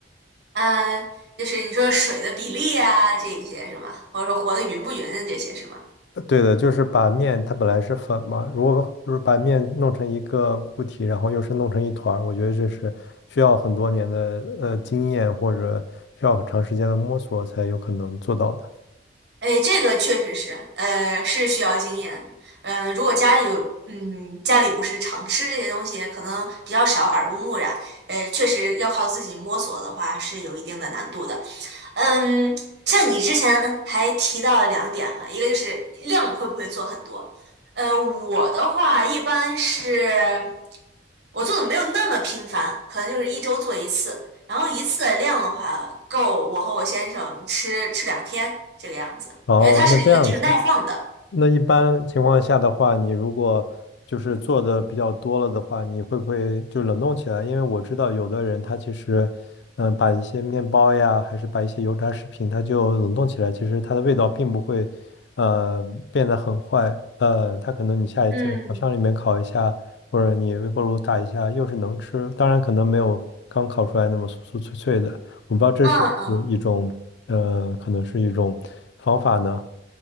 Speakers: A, on the right; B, on the left.
A: 嗯，呃，就是你说水的比例啊，这一些是吗？或者说和的匀不匀的这些是吗？
B: 对的，就是把面它本来是粉嘛，如果如果把面弄成一个固体，然后又是弄成一团儿，我觉得这是需要很多年的呃经验或者需要很长时间的摸索才有可能做到的。
A: 哎，这个确实是，呃，是需要经验的。嗯、如果家里有，嗯，家里不是常吃这些东西，可能比较少耳濡目染。呃，确实要靠自己摸索的话，是有一定的难度的。嗯，像你之前还提到了两点嘛，一个就是量会不会做很多。呃，我的话一般是，我做的没有那么频繁，可能就是一周做一次，然后一次的量的话够我和我先生吃吃两天这个样子，
B: 哦，
A: 因为它是一个挺耐放的。
B: 那这样子。那一般情况下的话，你如果就是做的比较多了的话，你会不会就冷冻起来？因为我知道有的人他其实，嗯，把一些面包呀，还是把一些油炸食品，它就冷冻起来，其实它的味道并不会，呃，变得很坏。呃，它可能你下一次烤箱里面烤一下，
A: 嗯，
B: 或者你微波炉打一下，又是能吃。当然，可能没有刚烤出来那么酥酥脆脆的。我不知道这是不是一种，
A: 嗯，
B: 呃，可能是一种方法呢？